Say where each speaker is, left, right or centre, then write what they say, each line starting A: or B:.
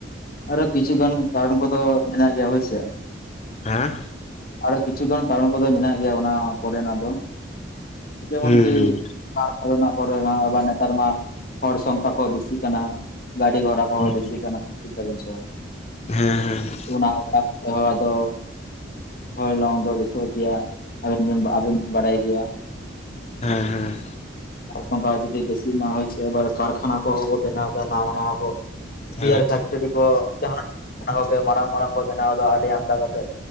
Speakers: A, on the left; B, on the left.
A: ᱟᱨᱦᱚ ᱠᱤᱪᱷᱩ ᱜᱟᱱ ᱠᱟᱨᱚᱱ ᱠᱚᱫᱚ ᱢᱮᱱᱟᱜ ᱜᱮᱭᱟ ᱦᱳᱭᱥᱮ᱾
B: ᱦᱮᱸ ᱾
A: ᱟᱨᱚ ᱠᱤᱪᱷᱩᱩᱜᱟᱱ ᱠᱟᱨᱚᱱ ᱠᱚᱫᱚ ᱢᱮᱱᱟᱜ ᱜᱮᱭᱟ ᱚᱱᱟ ᱠᱚᱨᱮᱱᱟᱜ ᱫᱚ ᱡᱮᱢᱚᱱ
B: ᱦᱩᱸ
A: ᱠᱤ ᱛᱟᱯ ᱠᱚᱨᱮ ᱦᱚᱸ ᱟᱵᱟᱨ ᱱᱮᱛᱟᱨ ᱢᱟ ᱦᱚᱲ ᱥᱚᱝᱠᱷᱟ ᱠᱚ ᱵᱤᱥᱤ ᱠᱟᱱᱟ ᱜᱟᱹᱰᱤ ᱜᱷᱚᱲᱟ <unintelligible> ᱚ
B: ᱦᱩᱸ
A: ᱵᱮᱥᱤ ᱠᱟᱱᱟ ᱵᱩᱡ ᱫᱟᱵᱤᱱ ᱥᱮ ᱵᱟᱝ?
B: ᱦᱮᱸ ᱦᱮᱸ ᱾
A: ᱚᱱᱟ ᱚᱱᱟ ᱛᱮᱦᱚᱸ ᱟᱫᱚ ᱦᱚᱞᱚᱝ ᱫᱚ ᱵᱮᱥᱚᱜ ᱜᱮᱭᱟ᱾ ᱟᱹᱵᱤᱱ ᱵᱤᱱ ᱟᱹᱵᱤᱱ ᱵᱤᱱ ᱵᱟᱲᱟᱭ ᱜᱮᱭᱟ ᱾
B: ᱦᱮᱸ ᱦᱮᱸ᱾
A: ᱮᱠᱷᱚᱱ ᱫᱚ ᱟᱨ ᱡᱩᱫᱤ ᱵᱮᱥᱤ ᱱᱟᱣᱟ ᱟᱵᱟᱨ ᱠᱟᱨᱠᱷᱟᱱᱟ ᱠᱚ ᱦᱚᱸ ᱠᱚ ᱵᱮᱱᱟᱣ ᱫᱟ ᱱᱟᱣᱟ ᱱᱟᱣᱟ ᱠᱚ
B: ᱦᱮᱸ
A: ᱵᱤᱭᱟᱨ ᱠᱟᱨ ᱠᱚ ᱡᱟᱦᱟᱸ ᱚᱱᱟ ᱠᱚᱜᱮ ᱢᱟᱨᱟᱝ ᱢᱟᱨᱟᱝ ᱠᱚ ᱵᱮᱱᱟᱣ ᱫᱟ ᱟᱹᱰᱤ ᱟᱢᱫᱟ ᱠᱟᱛᱮᱜ